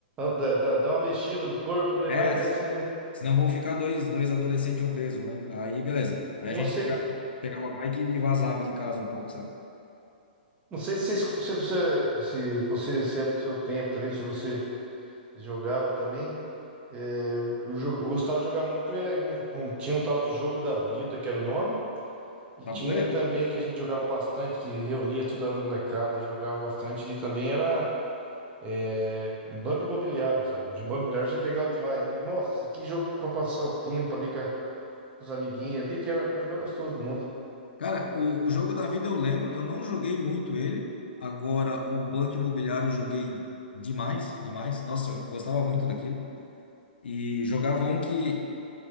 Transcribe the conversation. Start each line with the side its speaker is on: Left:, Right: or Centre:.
Right: Dar, dar- dar uma mexida no corpo, né?
Left: É,
Right: Mas
Left: s-
Right: é assim mesmo.
Left: senão vão ficar dois, dois adolescentes obesos, né? Aí, beleza. Aí
Right: Eu
Left: a gente
Right: não sei,
Left: pega- pegava, a bike e vazava de casa um pouco, sabe?
Right: não sei se, você, se, você se você se era do seu tempo também, se você jogava também. É, eu, eu jo- eu gostava de jogar muito. é, um- um- tinha um tal de Jogo da Vida, que era o nome. E
Left: Tabuleiro?
Right: tinha também que a gente jogava bastante, que reunia toda a molecada e jogava bastante. E também era é, Banco Imobiliário, sabe? O Banco Imobiliário é legal demais, hein? Nossa, que jogo pra passar o tempo ali com, a- com os amiguinhos ali, que era a coisa mais gostosa do mundo.
Left: Cara, o, o jogo da vida eu lembro, eu não joguei muito ele. Agora, o Banco Imobiliário eu joguei demais, demais. Nossa, eu gostava muito daquilo. E jogava um que,